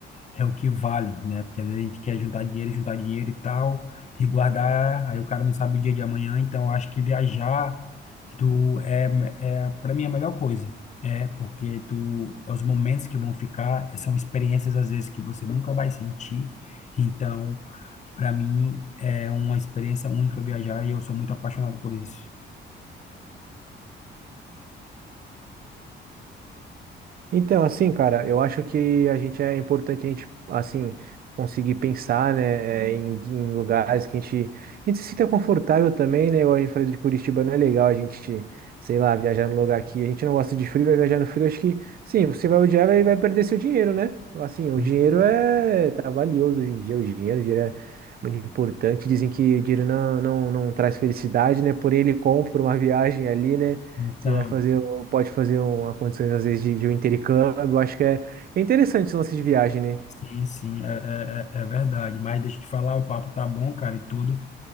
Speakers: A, on the left; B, on the right.
A: é o que vale, né? Porque às vezes a gente quer juntar dinheiro, juntar dinheiro e tal, e guardar, aí o cara não sabe o dia de amanhã, então eu acho que viajar tu é, é para mim é a melhor coisa. É, porque tu é os momentos que vão ficar, é, são experiências às vezes que você nunca vai sentir. Então, para mim é uma experiência única viajar e eu sou muito apaixonado por isso.
B: Então, assim, cara, eu acho que a gente é importante a gente, assim, conseguir pensar, né, é, em, em lugares que a gente, a gente se sinta confortável também, né? Igual a gente falou de Curitiba, não é legal a gente, sei lá, viajar num lugar que a gente não gosta de frio, vai viajar no frio, acho que, sim, você vai odiar e vai, vai perder seu dinheiro, né? Assim, o
A: Uhum.
B: dinheiro é, tá valioso hoje em dia, o dinheiro, o dinheiro é muito importante. Dizem que o dinheiro não, não, não traz felicidade, né? Porém, ele compra uma viagem ali, né?
A: Então,
B: Você vai fazer, um, pode fazer uma condição, às vezes, de, de um intercâmbio. Eu Acho que é, é interessante esse lance de viagem, né?
A: sim, sim, é, é, é é verdade. Mas deixa eu te falar, o papo tá bom, cara, e tudo.